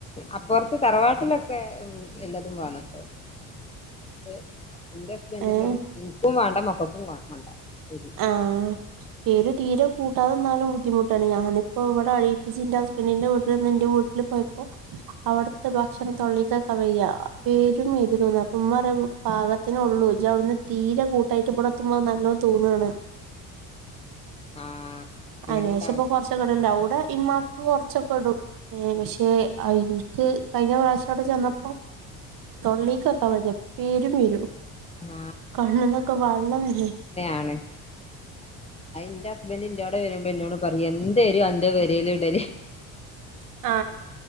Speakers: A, on the left (about 15°); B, on the right (about 60°).
A: അപ്പുറത്തെ തറവാട്ടിലൊക്കെ എല്ലാതും വണം ണട്ടൊ
B: <inaudible>
A: പക്ഷെ എന്റെ ഹസ്ബൻഡിനും
B: ഏഹ്
A: എനിക്കും വേണ്ട മകൾക്കും വേണ്ട എരി
B: ആ <unintelligible> തീരെ കൂട്ടാതെ നിന്നാലും ബുദ്ധിമുട്ടാണ് ഞാനിപ്പോ ഇവിടെ അടിപ്പിച് എന്റെ ഹസ്ബൻിന്റെറെ വീട്ടിൽ നിന്ന് ന്റെ വീട്ടിൽ പോയി അവിടെത്തെ ഭക്ഷണം തൊളെക്ക് വെക്കാൻ വയ്യ പേരും എരു തോന്ന അപ്പം ഇമ്മ പറയാ പക ത്തിള്ളൂ ഇജ്ജ് അവിടുന്ന് തീരെ കൂട്ടായിട്ട് ഇവിടെ എത്തുമ്പോ നല്ലോതോ ന്നാണ്
A: ആഹ് അങ്ങനെണ്ടാവും
B: അനേഷ ഇപ്പൊ കൊറച്ചക്കേ ഇടൽ അവിടെ ഇമ്മ- കുറച്ചൊക്കെ ഇടും ഏ പക്ഷെ എനിക്ക് കഴിഞ്ഞ പ്രാവശ്യം അവിടെ ചെന്നപ്പോ തൊള്ളേക്കാൻ വജ്ജാ പേരു എരു
A: ആഹ്
B: കണ്ണിന്നൊക്കെ വള്ളം വേരെനി
A: ആണ് അയ് ന്റെ ഹസ്ബൻ എന്റോ ന്റോടെ വരുമ്പോ എന്നോട് പറയും എന്തരു അന്റോടെ ഇടൽ
B: ആ